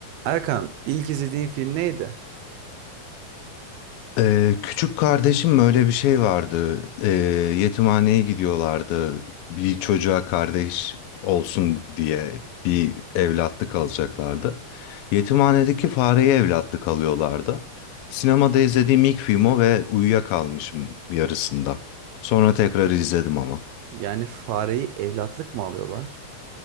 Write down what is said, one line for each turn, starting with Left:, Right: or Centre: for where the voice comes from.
Right: Erkan, ilk izlediğin film neydi?
Left: Ee, küçük kardeşim öyle bir şey vardı. Ee, yetimhaneye gidiyorlardı. Bir çocuğa kardeş olsun diye bir evlatlık alacaklardı. Yetimhanedeki fareye evlatlık alıyorlardı. Sinemada izlediğim ilk film o ve uyuyakalmışım yarısında. Sonra tekrar izledim ama.
Right: Yani fareyi evlatlık mı alıyorlar?